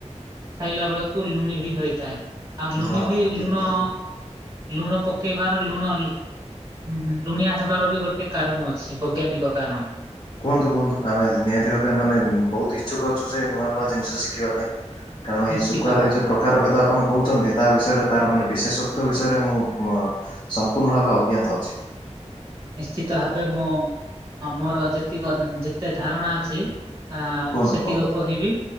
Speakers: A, on the right (about 25°); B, on the left (about 45°).
A: ଖାଇଲା ବେଳୁକୁ ଲୁଣି ବି ହେଇଥାଏ ଆଉ ଲୁଣି
B: ହଁ ହଁ
A: ବି
B: ଠିକ
A: ଲୁଣ
B: ଠିକ।
A: ଲୁଣ ପକେଇବାର ଲୁଣ ଉଁ ହୁଁ ଲୁଣିଆ ହେବାର ବି ଗୋଟେ କାରଣ ଅଛି ବଗ୍ୟାନିକ କାରଣ।
B: କୁହନ୍ତୁ କୁହନ୍ତୁ ଆମେ ଜ୍ ନିହାତି ଭାବେ ମାନେ ଉଁ ବୋହୁତୁ ଇଚ୍ଛୁକ ଅଛୁ ଯେ ନୂଆ ନୂଆ ଜିନିଷ ଶିଖିବା ପାଇଁ। କାରଣ
A: ନିଶ୍ଚିତ
B: ଏଇ ଶୁକୁଆର
A: ଭାବେ।
B: ଏଇ ଯୋଉ ପ୍ର କାର ଭେଦ ଆପଣ କହୁଛନ୍ତି ତା ବିଷୟରେ ତାର ମାନେ ବିଶେଷତ୍ୱ ବିଷୟରେ ମୁଁ ମ ସମ୍ପୂର୍ଣ୍ଣ ଭାବେ ଅଜ୍ଞାତ ଅଛି।
A: ନିଶ୍ଚିତ ଭାବେ ମୋ ଅ ମୋର ଯେତିକ ଧନ୍ ଯେତେ ଧାରଣା ଅଛି ଆ
B: କୁହନ୍ତୁ
A: ସେତିକ
B: କୁହନ୍ତୁ
A: କହିବି